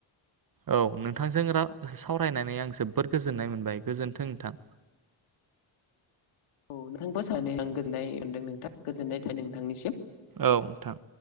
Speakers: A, on the right; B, on the left.
A: औ नोंथांजों रा सावरायनानै आं जोबोर गोजोननाय मोनबाय गोजोनथों नोंथां
B: औ <inaudible> नोंथांनिसिम
A: औ नोंथां